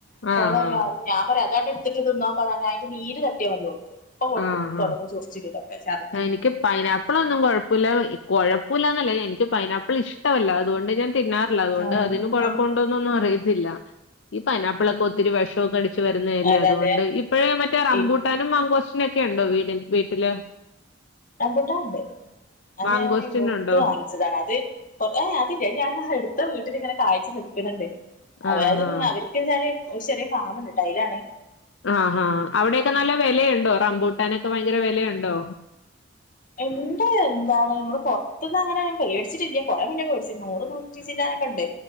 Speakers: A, on the left; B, on the left.
A: അപ്പോ
B: ആഹ്
A: ഓൾ പറിയ
B: ആഹ്
A: അത് ഞാൻ പറയാ അതാണ്ട് എടുത്തിട്ട് തിന്നോക്കാം പറ്ഞ്ഞ് അതിൻ്റെ നീര് തട്ടിയാൽ മതി ഓക്ക്. ഓള്ക്ക്
B: ആഹ് ആഹ്
A: തുടങ്ങും ചെറിച്ചിലക്കെ അപ്പ ഛർദി
B: എനിക്ക് പൈനാപ്പിളൊന്നും കുഴപ്പൊല്ല കുഴപ്പൊല്ലന്നല്ല എനിക്ക് പൈനാപ്പിൾ ഇഷ്ടമല്ല അതുകൊണ്ട് ഞാൻ തിന്നാറ ല്ല അതുകൊണ്ട്
A: ആഹ്
B: അതിന് കൊഴപ്പൊണ്ടോന്ന് ന്നൊന്നും അറിയത്തില്ല ഈ പൈനാപ്പിളൊക്കെ ഒത്തിരി വിഷക്കെ അടിച്ച് വരുന്നതല്ലേ
A: അതെ
B: അതുകൊണ്ട്
A: അതെ
B: ഇപ്പഴ മറ്റേ റബൂട്ടാനും
A: ഈ
B: മങ്കോശിന ഒക്കെ ഉണ്ടോ വീടി വീട്ടില്?
A: റമ്പുട്ടാൻഉണ്ട് അത്
B: മാങ്കോസ്റ്റിനുണ്ടോ
A: ഞാന് മെട്ട് വാങ്ങി. ച്ചതാണ് അത് ഏ അതില്ല ഞാൻ അടുത്ത വീട്ടിലിങ്ങനെ കായ്ച്ച് നിക്ക്ണ് ണ്ട്. അതായത്
B: ആഹ് ആഹ്
A: അവർക്ക് വെച്ചാൽ ഒരു ചെറിയ ഫാമുണ്ട് ടൈലാണേ
B: ആഹാ അവിടെ യൊക്കെ നല്ല വിലയുണ്ടോ റമ്പൂട്ടാനൊക്കെ ഭയങ്കര വിലയുണ്ടോ?
A: ഇണ്ട് എന്താണ് നമ്മൾ പുറത്തന്ന് അങ്ങനെ മേടിച്ചിട്ടില്ല കൊറെ മുന്നേ മേടിച്ച നൂറ് നൂ ടാനൊക്കെ ഉണ്ട്.